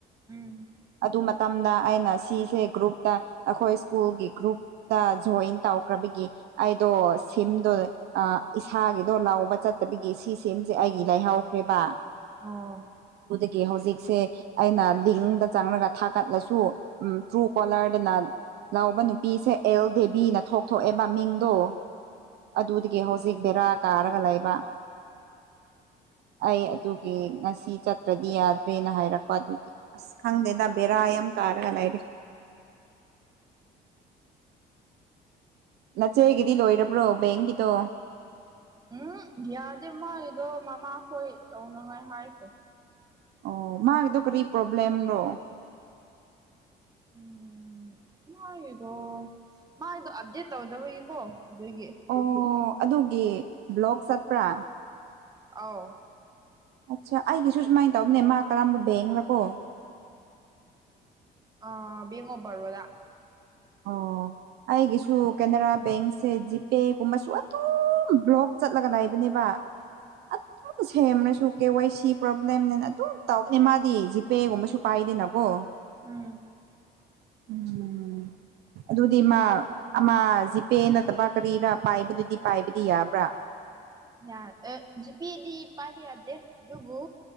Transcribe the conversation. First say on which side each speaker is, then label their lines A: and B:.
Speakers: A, on the right; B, on the right.
A: ꯎꯝ
B: ꯑꯗꯨ ꯃꯇꯝꯗ ꯑꯩꯅ ꯁꯤꯁꯦ ꯒ꯭ꯔꯨꯞꯇ ꯑꯈꯣꯏ ꯁ꯭ꯀꯨꯜꯒꯤ ꯒ꯭ꯔꯨꯞꯇ ꯖꯣꯏꯟ ꯇꯧꯈ꯭ꯔꯕꯒꯤ ꯑꯩꯗꯣ ꯁꯤꯝꯗꯣ ꯑ ꯏꯁꯥꯒꯤꯗꯣ ꯂꯥꯛ ꯇꯧꯕ ꯆꯠꯇꯕꯤꯒꯤ ꯁꯤ ꯁꯤꯝꯁꯦ ꯑꯩꯒꯤ ꯂꯥꯏꯍꯧꯈ꯭ꯔꯦꯕꯥ
A: ꯑꯣ
B: ꯒꯤ ꯍꯧꯖꯤꯛꯁꯦ ꯑꯩꯅ ꯂꯤꯡꯗ ꯆꯪꯂꯒ ꯊꯥꯒꯠꯂꯁꯨ ꯎꯝ ꯇ꯭ꯔꯨ ꯀꯣꯂꯔꯗꯅꯥ ꯂꯧꯕ ꯅꯨꯄꯤꯁꯦ ꯑꯦꯜ ꯗꯦꯕꯤꯅ ꯊꯣꯛ ꯊꯣꯛ ꯑꯦꯕ ꯃꯤꯡꯗꯣ ꯑꯗꯨꯗꯒꯤ ꯍꯧꯖꯤꯛ ꯕꯦꯔꯥ ꯀꯥꯔꯒ ꯂꯩꯕ ꯑꯩ ꯑꯗꯨꯒꯤ ꯉꯁꯤ ꯆꯠꯇ꯭ꯔꯗꯤ ꯌꯥꯗ꯭ꯔꯦꯅ ꯍꯥꯏꯔꯛꯄ ꯑꯗꯨꯒꯤ ꯑꯁ ꯈꯪꯗꯦꯗ ꯕꯦꯔꯥ ꯌꯥꯝ ꯀꯥꯔꯒ ꯂꯥꯏꯔꯦ ꯅꯆꯦꯒꯤꯗꯤ ꯂꯣꯏꯔꯕ꯭ꯔꯣ ꯕꯦꯡꯒꯤꯗꯣ
A: ꯎꯝ ꯌꯥꯗꯦ ꯃꯥꯒꯤꯗꯣ ꯃꯃꯥꯈꯣꯏ ꯇꯧꯅꯉꯥꯏ ꯍꯥꯏꯈ꯭ꯔꯦ
B: ꯑꯣ ꯃꯥꯒꯤꯗꯣ ꯀꯔꯤ ꯄ꯭ꯔꯣꯕ꯭ꯂꯦꯝ ꯔꯣ
A: ꯎꯝ ꯃꯥꯒꯤꯗꯣ ꯃꯥꯏꯗꯣ ꯑꯞꯗꯦꯠ ꯇꯧꯗꯕꯒꯤꯀꯣ ꯑꯗꯨꯒꯤ
B: ꯑꯣ ꯑꯗꯨꯒꯤ ꯕ꯭ꯂꯣꯛ ꯆꯠꯄ꯭ꯔꯥ
A: ꯑꯥꯎ
B: ꯑꯠꯆꯥ ꯑꯩꯒꯤꯁꯨ ꯁꯨꯃꯥꯏꯅ ꯇꯧꯅꯦ ꯃꯥ ꯀꯔꯝꯕ ꯕꯦꯡꯔꯀꯣ
A: ꯑꯥ ꯕꯦꯡ ꯑꯣꯐ ꯕꯔꯣꯗꯥ
B: ꯑꯣ ꯑꯩꯒꯤꯁꯨ ꯀꯅꯔꯥ ꯕꯦꯡꯁꯦ ꯖꯤꯄꯦꯒꯨꯝꯕꯁꯨ ꯑ ꯑꯗꯨꯨꯝ ꯕ꯭ꯂꯣꯛ ꯆꯠꯂꯒ ꯂꯥꯏꯕꯅꯦꯕꯥ ꯑꯗꯨꯝ ꯁꯦꯝꯔꯁꯨ ꯀꯦ ꯋꯥꯏ ꯁꯤ ꯄ꯭ꯔꯣꯕ꯭ꯂꯦꯝꯅꯦꯅ ꯑꯗꯨꯝ ꯇꯧꯕꯅꯦ ꯃꯥꯗꯤ ꯖꯤꯄꯦꯒꯨꯝꯕꯁꯨ ꯄꯥꯏꯗꯦꯅ ꯀꯣ
A: ꯎꯝ
B: ꯎꯝ ꯑꯗꯨꯗꯤ ꯃꯥ ꯑꯃꯥ ꯖꯤꯄꯦ ꯅꯠꯇꯕ ꯀꯔꯤꯔꯥ ꯄꯥꯏꯕꯗꯨꯗꯤ ꯄꯥꯏꯕꯗꯤ ꯌꯥꯕ꯭ꯔꯥ
A: ꯌꯥ ꯑꯦ ꯖꯤꯄꯦꯗꯤ ꯄꯥꯏꯕ ꯌꯥꯗꯦ ꯑꯗꯨꯕꯨ